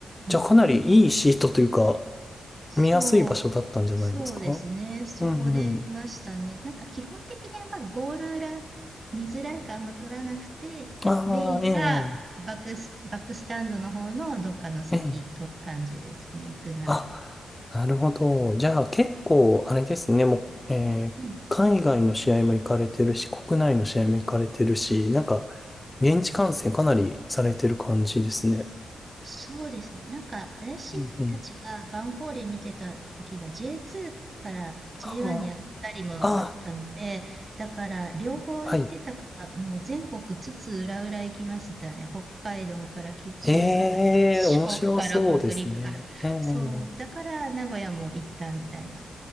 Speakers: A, on the left; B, on the right.
A: じゃあかなりいいシートというか、
B: うん。そう、
A: 見やすい場所だったんじゃないですか
B: そうですね。そこで見ましたね。
A: うんうん。
B: なんか基本的にあんまゴール裏見づらいからあんま取らなくて、
A: ああ、
B: メインかバックス、
A: ええ、
B: バックスタンドの方のどっかの席取る感じですね。
A: ええ。
B: 行くなら。
A: あ、なるほど。じゃあ結構、あれですね、もう、えー海外の試合も行かれてるし、
B: うん。
A: 国内の試合も行かれてるし、
B: うん
A: なんか、現地観戦かなりされてる感じですね。
B: そうですね。なんか、私たちがヴァンフォーレ見てた時が
A: うんうん。
B: J2 から J1
A: あ
B: に上がったりもあったので、
A: あ、あ
B: だから両方行ってたから、
A: あ、はい。
B: もう全国津々浦々行きましたね。北海道から九州から四国から北陸から。
A: ええ、面白そうですね。ええ、
B: そう、だから名古屋も行ったみたいな